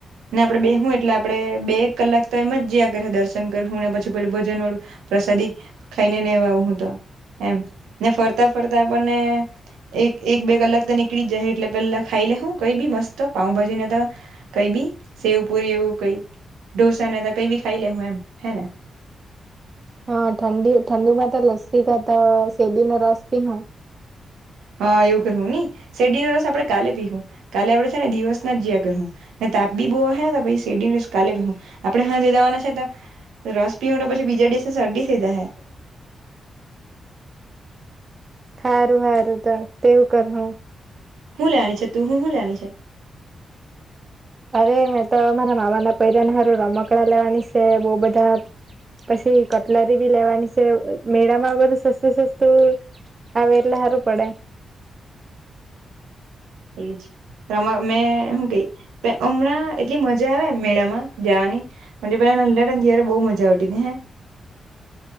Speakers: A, on the right; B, on the right.
A: ને આપડે બેહું એટલે આપડે બે એક કલાક તો એમ જયા કરે દર્શન કરહું ને પછી પેલું ભજન વાળું પ્રસાદી ખાઈને નેવ આવ હું તો. એમ ને ફરતા ફરતા આપણને એક એક બે કલાક તો નીકળી જ જાહે એટલે પહેલા ખાઈ લેહું કઈ બી મસ્ત પાઉભાજીને તો કઈ બી સેવ પુરી એવું કઈ ઢોસા ને તો કઈ ભી ખાઈ લેહું એમ હે ને <inaudible>
B: હા ઠંડી ઠંડી માં તો લસ્સી કાતો સેદીનો રસ પીહું.
A: હા એવું કરહું ની શેરડીને રસ આપડે કાલે પીહું કાલે આપડે છેને દિવસ ના જીયા કરહું. તા આપ બી બો હે તાપહી શેડીન રસ કાલે પીહું આપડે હાંજે જવાના છે તો રસ પીઉ તો પછી બીજા ડીસે શરડી થઈ જાય હે <inaudible>
B: હારું હારું ત તેવું કરહું.
A: હુ લેવાની છે તું હુ હુ લેવાની છે <inaudible>
B: અરે મેં તો મારા મામાના પૈરાન હારું રમકડા લેવાની શે બો બધા. પશી કટલરી બી લેવાની છે. અ મેળામાં બધું સસ્તું સસ્તું આવે એટલ હારું પડે.
A: <inaudible> એજ રમ મેં હું કે ત હમણાં એટલી મજા આવે મેળામાં જાવાની <unintelligible> <unintelligible> જ્યારે બો મજા આવતી ને હે <inaudible>